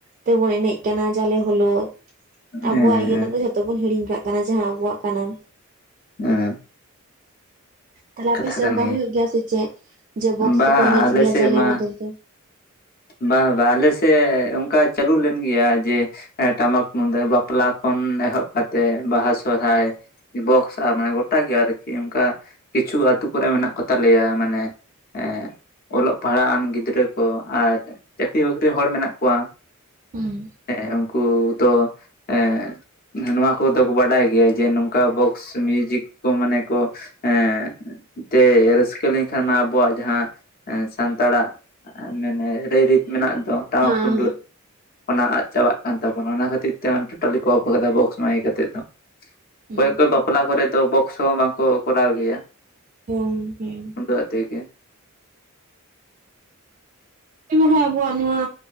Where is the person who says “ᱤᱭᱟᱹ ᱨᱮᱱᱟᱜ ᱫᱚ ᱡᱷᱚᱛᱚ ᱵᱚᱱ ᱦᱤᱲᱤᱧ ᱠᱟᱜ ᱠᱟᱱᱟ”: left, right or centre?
Right